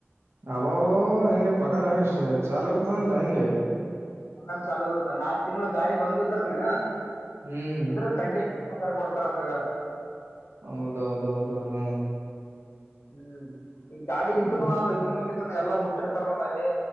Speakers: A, on the right; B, on the left.
A: ಅಬವೋ ಹೆಂಗೆ ಪಕಾರಾರ್ ಹಂಗ ಇಷ್ಟ ಚಾಲ್ ಇರ್ತದಂದ ಹೆಂಗೆ
B: ಪಗಾರ್ ಚಲ ಇರುತ್ತ ನಾಕ ತಿಂಗಳು ಗಾಡಿ ಬಂದಿದ್ರನು
A: ಹ್ಮ್
B: ಅಂದ್ರೆ ಕಂಟಿನ್ಯೂ ಗ ಕೊಡ್ತಾರ ಅತ್ಗ
A: ಹೌದೌದ ಹೌದ ಹ
B: ಹ್ಮ್ ಈ ಗಾಡಿ ಇತ್ನು
A: ಹ್ಮ್
B: ಇತನುಗತ್ತುನು ಎಲ್ಲಾ ಬಿಟ್ಟಿರ್ತಾರ ನೋಡ ಅಲ್ಲಿ